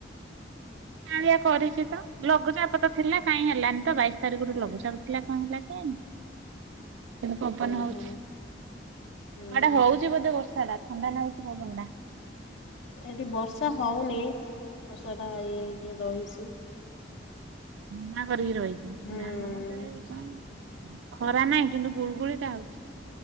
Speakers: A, on the right; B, on the left.
A: କାଉଁଳିଆ କରିଚି ତ ଲଘୁଚାପ ତ ଥିଲା କାଇଁ ହେଲାନି ତ ବାଇଶି ତାରିଖ ରୁ ଲଘୁଚାପ ଥିଲା କଣ ହେଲା କେଇଆଣି। ନ୍ତୁ ପବନ
B: ହୁଁ
A: ହଉଛି
B: ହୁଁ ହୁଁ
A: ଏଟା ହଉଛି ବୋଧେ ବର୍ଷା ଟା। ଥଣ୍ଡା ନାଗୁଚି ପବନ ଟା।
B: ଏଠି ବର୍ଷା ହଉନି ବର୍ଷା ଟା ଇଏ ହେଇକି ରହିଛି।
A: ନା। କରିକି ରହିଚି
B: ହୁଁ
A: ନା ହଅନ୍ତା ଏ କଣ। ଖରା ନାହିଁ କିନ୍ତୁ ଗୁଳଗୁଳି ଟା ହଉଛି।